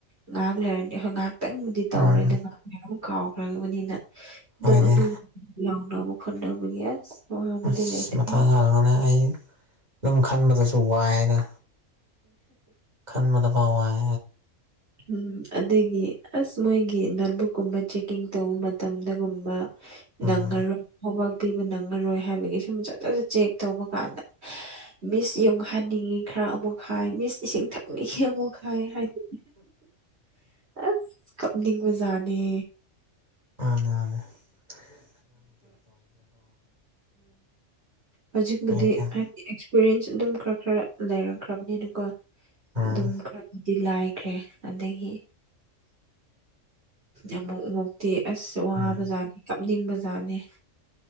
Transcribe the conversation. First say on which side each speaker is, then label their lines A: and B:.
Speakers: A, on the right; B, on the right.
A: ꯉꯥꯏꯍꯥꯛ ꯂꯩꯔꯗꯤ ꯍꯣꯏ ꯉꯥꯏꯍꯥꯛꯇꯪꯕꯨꯗꯤ ꯇꯧꯔ‌ꯣꯏꯗꯕ
B: ꯎꯝ
A: <unintelligible> ꯀꯥꯎꯈ꯭ꯔꯕꯅꯤꯅ ꯑꯗꯨꯝ
B: ꯍꯣꯏꯅꯦ
A: ꯑꯗꯨ ꯂꯥꯎꯅꯕ ꯈꯣꯠꯅꯕꯒꯤ ꯑꯁ <unintelligible>
B: ꯑꯁ
A: ꯕꯗꯤ ꯂꯩꯥꯇꯔ‌ꯦ
B: ꯃꯊꯥ ꯁꯥꯔꯒꯅꯦ ꯑꯩ ꯑꯗꯨꯝ ꯈꯟꯕꯗꯁꯨ ꯋꯥꯏꯅ ꯈꯟꯕꯗꯐꯥꯎ ꯋꯥꯏ
A: ꯎꯝ ꯑꯗꯒꯤ ꯑꯁ ꯃꯣꯏꯒꯤ ꯅꯣꯠꯕꯨꯛꯀꯨꯝꯕ ꯆꯦꯛꯀꯤꯡ ꯇꯧꯕ ꯃꯇꯝꯗꯒꯨꯝꯕ
B: ꯎꯝ
A: ꯅꯪꯉꯔ‌ꯣꯏ <unintelligible> ꯄꯤꯕ ꯅꯪꯉꯔꯣꯏ ꯍꯥꯏꯕꯒꯤ ꯁꯨꯝ ꯆꯠ ꯆꯠꯖꯠ ꯆꯦꯛ ꯇꯧꯕ ꯀꯥꯟꯗ ꯃꯤꯁ ꯌꯨꯡꯍꯟꯅꯤꯡꯉꯤ ꯈꯔ ꯑꯃꯨꯛ ꯍꯥꯏ ꯃꯤꯁ ꯏꯁꯤꯡ ꯊꯛ ꯍꯦꯃꯨ ꯈꯥꯏ ꯍꯥꯏꯗꯤ ꯑꯁ ꯀꯞꯅꯤꯡꯕꯨꯖꯥꯅꯤ
B: ꯑꯅꯦꯅꯦ <unintelligible>
A: ꯍꯧꯖꯤꯛꯄꯨꯗꯤ
B: ꯑꯩ ꯀꯌꯥ
A: ꯔ‌ꯦꯟꯁꯨ ꯑꯗꯨꯝ ꯈꯔ ꯈꯔ ꯂꯩꯔꯛꯈ꯭ꯔꯕꯅꯤꯅ ꯀꫭ
B: ꯎꯝ
A: ꯑꯗꯨꯝ ꯈꯔ ꯗꯤ ꯂꯥꯏꯈ꯭ꯔꯦ ꯑꯗꯒꯤ ꯑꯝꯨꯛ ꯃꯨꯛꯇꯤ ꯑꯁ ꯋꯥꯕꯖꯥꯠꯅꯦ
B: ꯎꯝ
A: ꯀꯞꯅꯤꯡꯕ ꯖꯥꯠꯅꯦ